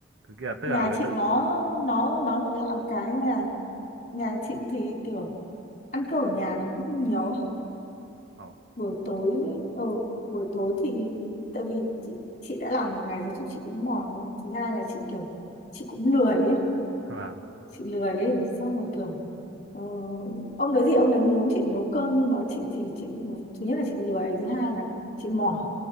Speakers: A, on the right (about 75°); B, on the left (about 40°).
A: Thực kia là- tức
B: nhà
A: là
B: chị
A: đợt
B: nó nó nó lại làm cái là nhà chị thì kiểu ăn cơm ở nhà nó cũng nhiều
A: Ồ,
B: buổi tối ừ, buổi tối thì tại vì chị chị đã làm một ngày rồi chắc chị cũng mỏi rồi. thứ hai là chị kiểu chị cũng lười ấy
A: <laughs> vâng.
B: chị lười ấy xong rồi kiểu ờ, ông đấy thì ông đấy muốn chị nấu cơm nhưng mà chị thì chị thứ nhất là chị lười thứ hai là chị mỏi